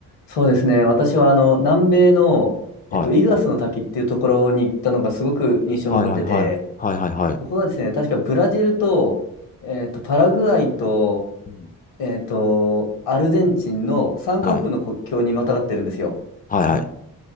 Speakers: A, on the left; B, on the left.
A: そうですね。私はあの、南米の、
B: はい。
A: えっと、イグアスの滝っていうところに行ったのがすごく印象に残ってて、
B: はいはいはい。はいはいはい。
A: そこがですね、確かブラジルと、えっと、パラグアイと、
B: うん。
A: えっと、アルゼンチンの三カ国の国境にまたがってるんですよ。
B: はい。はいはい。